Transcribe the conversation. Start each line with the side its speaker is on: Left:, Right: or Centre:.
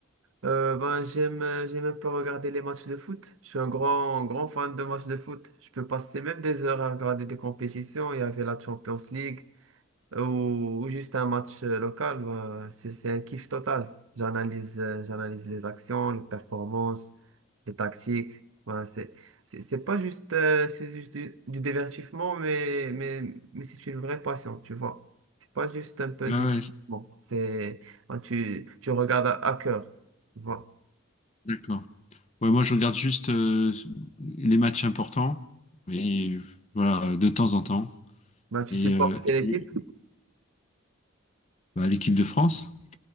Right: Euh, ben, j'aime, euh, j'aime un peu regarder les matchs de foot. Je suis un grand, grand fan de matchs de foot. Je peux passer même des heures à regarder des compétitions. Il y avait la Champions League. ou juste un match euh, local, bah, c'est c'est un kiff total. J'analyse euh, j'analyse les actions, les performances, les tactiques. Bah, c'est c'est c'est pas juste euh, c'est juste du, du divertissement, mais mais mais c'est une vraie passion, tu vois. C'est pas juste un peu
Left: Ah
Right: de divertissement.
Left: ouais,
Right: C'est bah, tu tu regardes à, à cœur, tu vois.
Left: d'accord. Ouais, moi, je regarde juste euh, les matchs importants, et euh, voilà, euh, de temps en temps.
Right: Bah, tu
Left: Et,
Right: supportes
Left: euh,
Right: quelle
Left: et,
Right: équipe?
Left: bah, l'équipe de France?